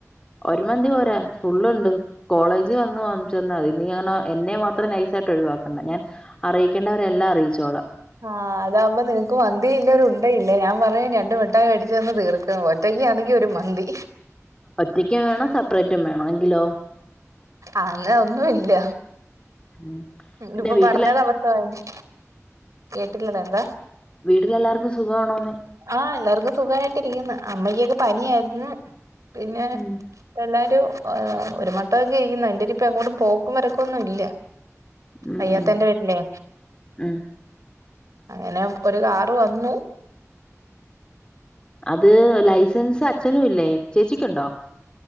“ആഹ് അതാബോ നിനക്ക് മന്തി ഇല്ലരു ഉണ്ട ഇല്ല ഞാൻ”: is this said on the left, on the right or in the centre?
Right